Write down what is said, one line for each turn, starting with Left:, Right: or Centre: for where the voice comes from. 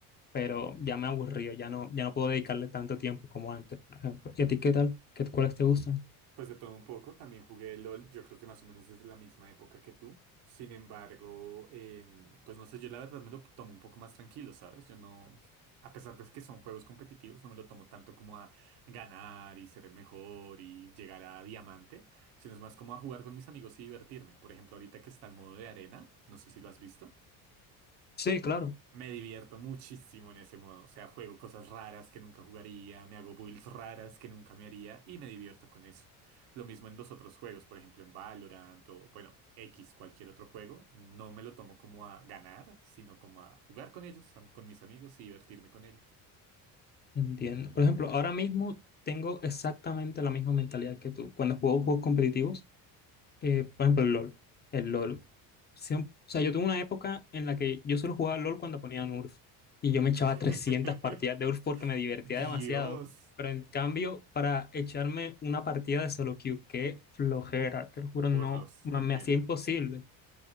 Left: pero ya me aburrió, ya no, ya no puedo dedicarle tanto tiempo como antes, por ejemplo. ¿Y a ti qué tal? ¿Qué, cuáles te gustan?
Right: pues de todo un poco, también jugué LOL, yo creo que más o menos desde la misma época que tú. Sin embargo, em, pues no sé, yo la verdad me lo tomo un poco más tranquilo, ¿sabes? Yo no, a pesar de que son juegos competitivos, no me lo tomo tanto como a ganar y ser el mejor y llegar a diamante, sino es más como a jugar con mis amigos y divertirme. Por ejemplo, ahorita que está el modo de arena, no sé si lo has visto.
Left: Sí, claro.
Right: Me divierto muchísimo en ese modo. O sea, juego cosas raras que nunca jugaría, me hago builds raras que nunca me haría y me divierto con eso. Lo mismo en los otros juegos, por ejemplo en Valorant o, bueno, X, cualquier otro juego. No me lo tomo como a ganar, sino como a jugar con ellos, a- con mis amigos y divertirme con ellos.
Left: Entiendo. Por ejemplo, ahora mismo tengo exactamente la misma mentalidad que tú. Cuando juego juegos competitivos, eh, por ejemplo, el LOL. El LOL. Siem- o sea, yo tuve una época en la que yo solo jugaba LOL cuando ponían URF. Y yo me echaba
Right: <laughs>
Left: 300 partidas de URF porque me divertía
Right: Dios,
Left: demasiado. Pero en cambio, para echarme una partida de solo queue, qué flojera, te lo juro,
Right: por
Left: no,
Right: dos,
Left: me
Right: te
Left: me
Right: entiendo.
Left: hacía imposible.